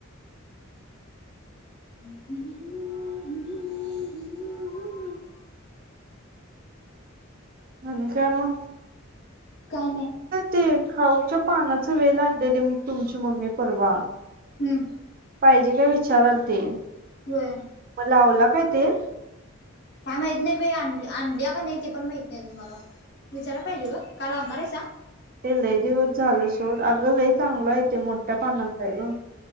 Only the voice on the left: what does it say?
ह ह. हम्म.
काय नाही.
हम्म
होय
काय माहीत नाही बाई आणली आणली का नाही ते पण माहीत नाही मला. विचारला पाहिजे ग का लावणार आहेसा?